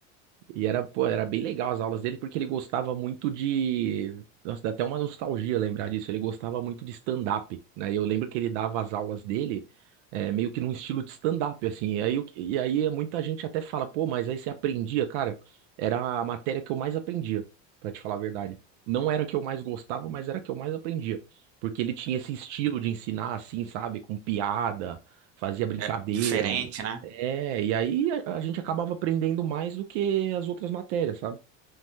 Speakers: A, on the right; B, on the right.
A: E era, pô, era bem legal as aulas dele, porque ele gostava muito de. Nossa, dá até uma nostalgia lembrar disso. Ele gostava muito de stand-up, né? E Eu lembro que ele dava as aulas dele é, meio que num estilo de stand-up, assim. E aí, o que- e aí muita gente até fala, pô, mas aí você aprendia, cara. Era a matéria que eu mais aprendia, pra te falar a verdade. Não era a que eu mais gostava, mas era a que eu mais aprendia. Porque ele tinha esse estilo de ensinar, assim, sabe? Com piada, fazia brincadeira.
B: é diferente, né?
A: É, e aí a, a gente acabava aprendendo mais do que as outras matérias, sabe?